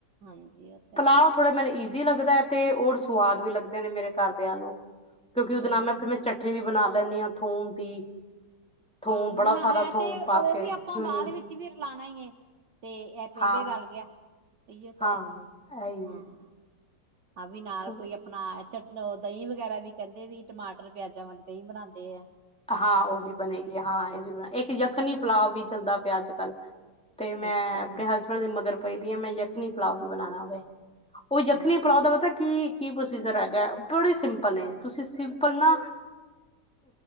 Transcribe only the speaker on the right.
ਹਾਂਜੀ ਉਹ ਤਾਂ
ਹੈ
ਹਾਂ
ਹਾਂ
ਬੁਣਾ
ਹੈ,
ਤੇ ਉਹ
ਵੀ ਆਪਾਂ
ਬਾਅਦ ਵਿੱਚ ਵੀ ਰਲਾਣਾ ਈ ਏ, ਤੇ ਇਹ ਪਹਿਲੇ
ਰਲ ਗਿਆ ਇਹੀਓ ਤਾਂ
ਹੈ,
ਹਾਂ।
ਹਾਂ ਵੀ ਨਾਲ
ਕੋਈ ਆਪਣਾ ਚਟ ਦਹੀਂ ਵਗੈਰਾ ਵੀ ਕਹਿੰਦੇ, ਵੀ ਟਮਾਟਰ ਪਿਆਜਾਂ ਵਾਲੀ ਦਹੀਂ ਬਣਾਂਦੇ ਐ।
ਹਮ
ਅੱਛਾ
ਜੀ
ਅੱਛਾ